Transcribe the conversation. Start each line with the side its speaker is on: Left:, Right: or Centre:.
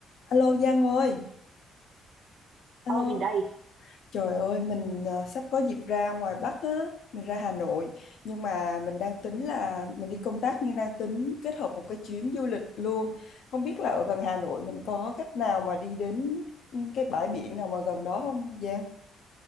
Left: Alo Giang ơi, alo.
Right: Ờ mình đây.
Left: Trời ơi, mình à, sắp có dịp ra ngoài Bắc á, mình ra Hà Nội, nhưng mà mình đang tính là mình đi công tác nhưng đang tính kết hợp một cái chuyến du lịch luôn. Không biết là ở gần Hà Nội mình có cách nào mà đi đến ừ, cái bãi biển nào mà gần đó không Giang?